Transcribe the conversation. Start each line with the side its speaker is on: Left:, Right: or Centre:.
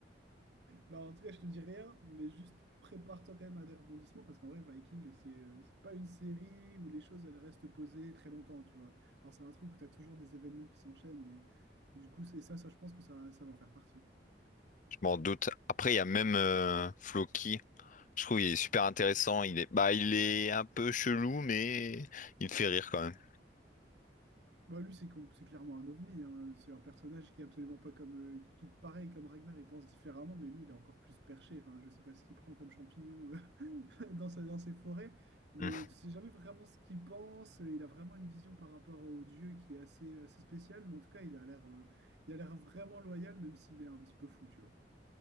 Right: Bah, en tout cas, je te dis rien, mais juste prépare-toi quand même à des rebondissements parce qu'en vrai, Viking, c'est euh, c'est pas une série où les choses elles restent posées très longtemps, tu vois. Alors, c'est un truc où tu as toujours des événements qui s'enchaînent et du coup, c'est ça, ça, je pense que ça, ça va en faire partie.
Left: Je m'en doute. Après, il y a même euh, Floki. Je trouve qu'il est super intéressant. Il est, bah, il est un peu chelou, mais il fait rire quand même.
Right: Bah, lui, c'est com- c'est clairement un ovni, hein. C'est un personnage qui est absolument pas comme. euh, qui, pareil, comme Ragnar, il pense différemment, mais lui, il est encore plus perché. Enfin, je sais pas ce qu'il prend comme champignon <laughs> <laughs> dans, sa- dans ses forêts, mais
Left: Mm.
Right: tu sais jamais vraiment ce qu'il pense. Il a vraiment une vision par rapport au dieu qui est assez, assez spéciale, mais en tout cas, il a l'air euh, il a l'air vraiment loyal, même s'il est un petit peu fou, tu vois.